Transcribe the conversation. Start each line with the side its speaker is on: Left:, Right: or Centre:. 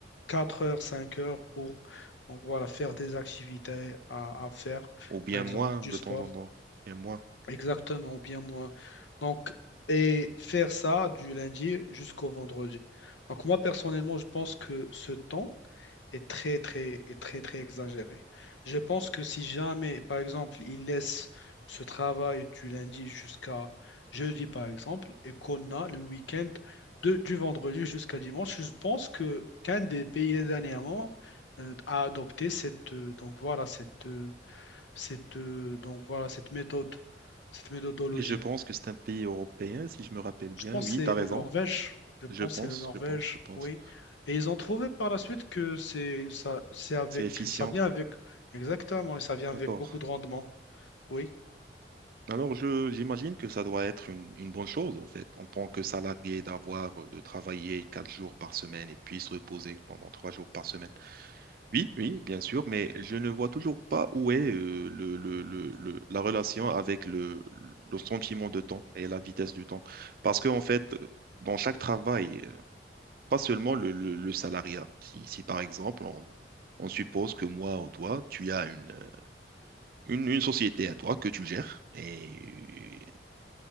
Left: 4 heures, 5 heures pour donc, voilà, faire tes activités à, à faire,
Right: Ou bien
Left: par exemple
Right: moins
Left: du
Right: de
Left: sport.
Right: temps en temps. Bien moins.
Left: Exactement, ou bien moins. Donc, et faire ça du lundi jusqu'au vendredi. Donc, moi, personnellement, je pense que ce temps est très, très, est très, très exagéré. Je pense que si jamais, par exemple, il laisse ce travail du lundi jusqu'à jeudi, par exemple, et qu'on a le week-end de, du vendredi jusqu'à dimanche, je pense que qu'un des pays dernièrement euh, a adopté cette, euh, donc voilà, cette, euh, cette, euh, donc voilà, cette méthode, cette méthodologie.
Right: Et je pense que c'est un pays européen, si je me rappelle bien.
Left: Je pense
Right: Oui,
Left: que c'est
Right: tu as
Left: le
Right: raison.
Left: Norvège. Je pense
Right: Je pense,
Left: que c'est le Norvège,
Right: je pense, je pense.
Left: oui. Et ils ont trouvé par la suite que c'est ça, c'est avec,
Right: C'est efficient.
Left: ça vient avec, exactement, et ça vient avec
Right: D'accord.
Left: beaucoup de rendement. Oui,
Right: Alors, je, j'imagine que ça doit être une, une bonne chose, en fait, en tant que salarié, d'avoir, euh, de travailler quatre jours par semaine et puis se reposer pendant trois jours par semaine. Oui, oui, bien sûr, mais je ne vois toujours pas où est, euh, le, le- le- le- la relation avec le, le sentiment de temps et la vitesse du temps. Parce que, en fait, dans chaque travail, Pas seulement le, le- le salariat. Si, si, par exemple, on, on suppose que moi ou toi, tu as une, euh, une, une société à toi que tu gères et